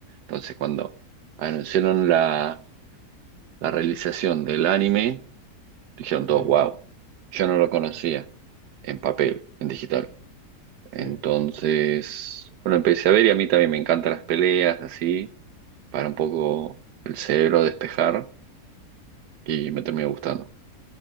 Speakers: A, on the right; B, on the right.
A: Entonces, cuando anunciaron la, la realización del anime, Dijeron
B: Sí,
A: todos, wow, yo no lo conocía en papel, en digital.
B: sí.
A: Entonces,
B: O
A: bueno, empecé a ver y a mí también me encantan las peleas, así, para un poco el cerebro despejar y me terminó gustando.